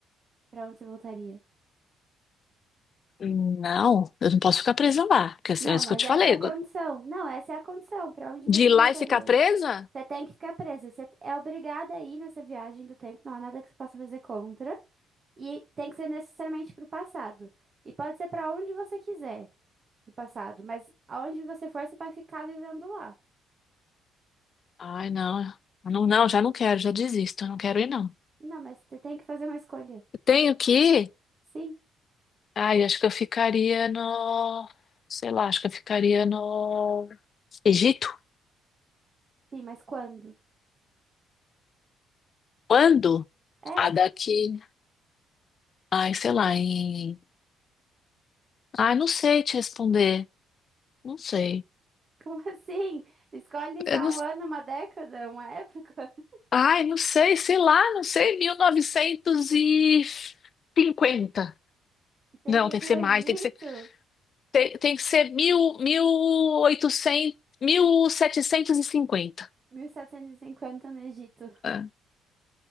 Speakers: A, on the right; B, on the left.
A: Pra onde você voltaria?
B: Não, eu não posso ficar presa lá, porque assim,
A: Não,
B: é isso
A: mas
B: que eu te
A: essa
B: falei.
A: é a condição. Não, essa é a condição. Pra onde
B: De
A: você
B: ir lá
A: voltaria?
B: e ficar presa?
A: Você tem que ficar presa. Você é obrigada a ir nessa viagem do tempo. Não há nada que você possa fazer contra. E tem que ser necessariamente pro passado. E pode ser pra onde você quiser do passado. Mas aonde você for, você vai ficar vivendo lá.
B: Ai, não, não, não, já não quero, já desisto, eu não quero ir, não.
A: Não, mas você tem que fazer uma escolha.
B: Eu tenho que ir?
A: Sim,
B: Ai, acho que eu ficaria no, sei lá, acho que eu ficaria no Egito.
A: sim, mas quando?
B: Quando?
A: É,
B: Ah, daqui. Ai, sei lá, em. Ai, não sei te responder. Não sei.
A: como <laughs> assim? Escolhe só
B: Eu não-
A: um ano, uma década, uma época? <laughs>
B: Ai, não sei, sei lá, não sei, mil novecentos e cinquenta
A: Você
B: Não,
A: iria
B: tem
A: pro
B: que ser
A: Egito?
B: mais, tem que ser, tem, tem que ser mil, mil mil oitocentos mil setecentos e cinquenta
A: 1750 no Egito.
B: É,